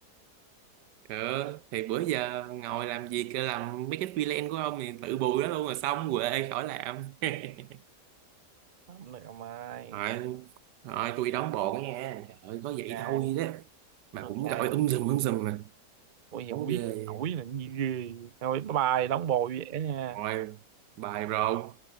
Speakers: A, on the right; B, on the right.
A: ờ thì bữa giờ ngồi làm việc ờ, làm mấy cái freelance của ông thì tự bù đó luôn rồi xong quệ khỏi làm <laughs>
B: không được ông ơi
A: rồi rồi tôi đóng bộ nha trời ơi, có vậy
B: ok
A: thôi đó mà
B: ok
A: cũng gọi um sùm um sùm mà
B: ủa vậy
A: khổ
B: không biết
A: ghê
B: hỏi là cái gì ghê thôi bye bye đóng bồ vậy nha
A: rồi bài bro